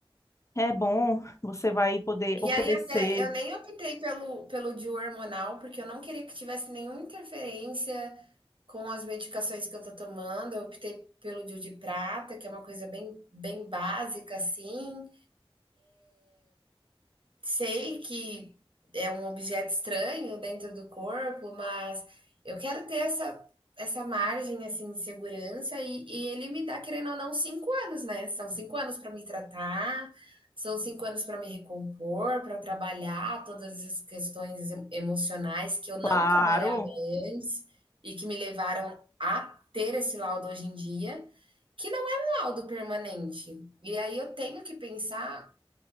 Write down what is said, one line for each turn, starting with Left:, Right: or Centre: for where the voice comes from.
Left: É bom, você vai poder
Right: E
Left: oferecer,
Right: aí até eu nem optei pelo pelo DIU hormonal, porque eu não queria que tivesse nenhuma interferência com as medicações que eu tô tomando, eu optei pelo DIU de prata, que é uma coisa bem bem básica, assim, sei que é um objeto estranho dentro do corpo, mas eu quero ter essa, essa margem assim de segurança e, e ele me dá, querendo ou não, cinco anos, né? São cinco anos para me tratar, são cinco anos para me recompor, para trabalhar todas essas questões em- emocionais que eu não
Left: claro,
Right: trabalhava antes e que me levaram a ter esse laudo hoje em dia, que não é um laudo permanente. E aí eu tenho que pensar